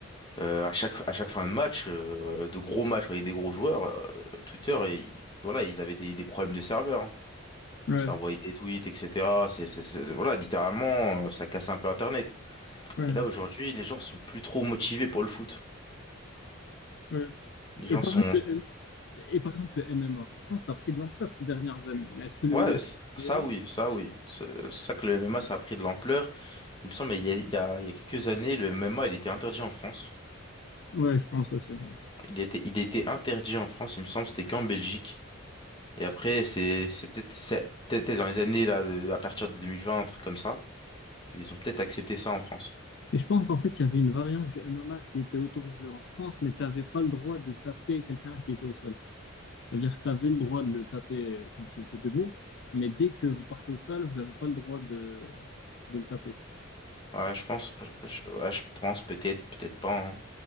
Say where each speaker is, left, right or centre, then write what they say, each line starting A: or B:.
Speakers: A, on the left (about 20°); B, on the left (about 55°).
A: Euh, à chaque, à chaque fin de match, euh, de gros matchs avec des gros joueurs, euh, Twitter, et, voilà, ils avaient des, des problèmes de serveur. hein.
B: Ouais,
A: Ça envoyait des tweets, etc. C'est, c'est, c'est- voilà, littéralement, euh, ça cassait un peu Internet.
B: ouais,
A: Et là, aujourd'hui, les gens sont plus trop motivés pour le foot.
B: ouais.
A: Les gens
B: Et par
A: sont...
B: exemple, le, M- et par exemple, le MMA, je pense que ça a pris de l'ampleur ces dernières années. Mais est-ce que le
A: Ouais,
B: niveau
A: c-
B: a amélioré?
A: ça oui, ça oui. C'est ça que le MMA, ça a pris de l'ampleur. Il me semble, il y a, il y a, il y a quelques années, le MMA, il était interdit en France.
B: Ouais, je pense aussi. ouais.
A: Il était, il était interdit en France, il me semble, c'était qu'en Belgique. Et après, c'est, c'est peut-être, c'est peut-être dans les années, là, de- à partir de 2020, un truc comme ça, qu'ils ont peut-être accepté ça en France.
B: Mais je pense, en fait, il y avait une variante du MMA qui était autorisée en France, mais tu n'avais pas le droit de taper quelqu'un qui était au sol. Ça veut dire que tu avais le droit de le taper euh, quand il était debout, mais dès que vous partez au sol, vous n'avez pas le droit de, de le taper.
A: Ouais, je pense, je, je- ouais, je pense peut-être, peut-être pas. hein.